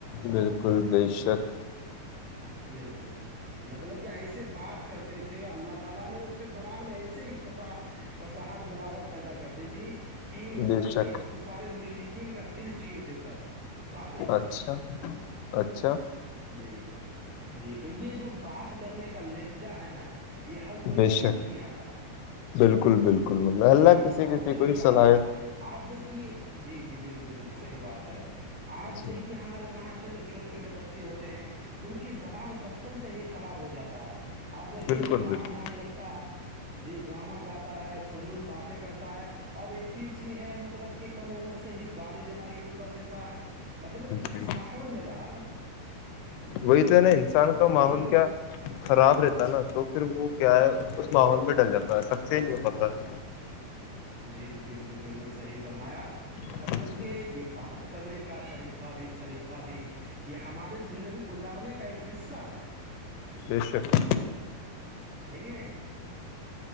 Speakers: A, on the left (about 85°); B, in the centre.
A: بلکل بے شک
B: بلکل مطلب کہ ایسے بات کرتے تھے اللہ تعالی نے اس کے زبان میں ایسے ہی فساحت بلاوت پیدا کر دی تھی کہ مطلب
A: بے شک
B: کے کفارے مشرقی قین کا دل چیر دیتا تھا باتوں سے
A: اچھا اچھا
B: جی جی تو یہ جو بات کرنے کا لہجہ ہے نا یہ ہر کوئی
A: بے
B: کے اندر
A: شک
B: نہیں آتا ہے
A: بالکل بالکل مطلب اللہ
B: جی
A: کسی
B: بات
A: کسی
B: کرنے
A: کو ہی
B: کا انداز
A: صلاحیت
B: آپ دیکھیے جی جی بالکل بالکل صحیح بات ہے آج
A: جی
B: دیکھیے ہمارے معاشرے میں چھوٹے چھوٹے بچے ہوتے ہیں ان کی زبان بچپن سے ہی خراب ہو جاتا ہے آپ دیکھیے
A: بالکل
B: گانا
A: بالکل
B: گانے لگتا ہے جی گانا گاتا ہے فضول باتیں کرتا ہے اب ا ہے مطلب کہ کم عمر سے ہی گالی دینا شروع کر دیتا ہے مطلب کہ
A: جی
B: کس ماحول میں رہا
A: وہی تو
B: جی
A: نا انسان
B: تو
A: کا
B: یہ
A: ماحول
B: جو
A: کیا خراب رہتا نا تو پھر وہ کیا ہے اس ماحول میں ڈل جاتا ہے سک سے ہی نہیں ہو پاتا ہے
B: جی جی بالکل بالکل صحیح فرمایا
A: ہے
B: مطلب
A: جی
B: کہ یہ بات کرنے کا طریقہ بھی سلیقہ بھی یہ ہماری زندگی گزارنے کا ایک حصہ ہے
A: بے شک
B: ہے کہ نہیں